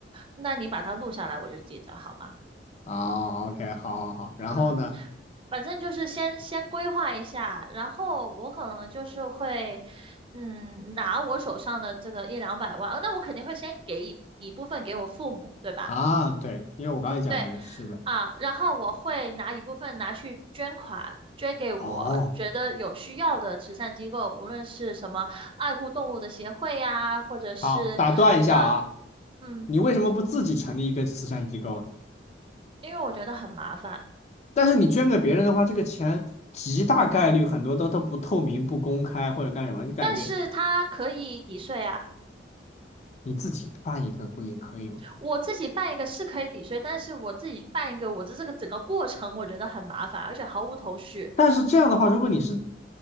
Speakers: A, on the right; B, on the left.
A: 那你把它录下来，我就记得好吗？
B: 哦，OK，好好好，然后呢？
A: 嗯，反正就是先先规划一下，然后我可能就是会，嗯，拿我手上的这个一两百万，呃那我肯定会先给一一部分给我父母，对吧？
B: 啊，对，因为我刚才讲这个，
A: 对，
B: 是的。
A: 啊，然后我会拿一部分拿去捐款，捐给我觉得有需要的慈善机构，
B: 哦，
A: 无论是什么爱护动物的协会呀，或者是呃
B: 好，打断一下啊，
A: 嗯，
B: 你为什么不自己成立一个慈善机构呢？
A: 因为我觉得很麻烦，
B: 但是你捐给别人的话，这个钱极大概率很多都都不透明、不公开或者干什么，你感觉
A: 但是它可以抵税啊。
B: 你自己办一个不也可以吗？
A: 我自己办一个是可以抵税，但是我自己办一个，我的这个整个过程我觉得很麻烦，而且毫无头绪。
B: 但是这样的话，如果你是，